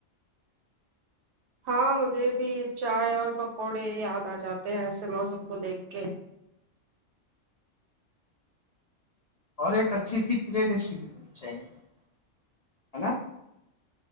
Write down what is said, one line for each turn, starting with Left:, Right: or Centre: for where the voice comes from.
Right: ہاں مجھے بھی چائے اور پکوڑے یاد آ جاتے ہیں ایسے موسم کو دیکھ کے
Left: اور ایک اچھی سی پلے لسٹ بھی ہونی چاہیے ہے نا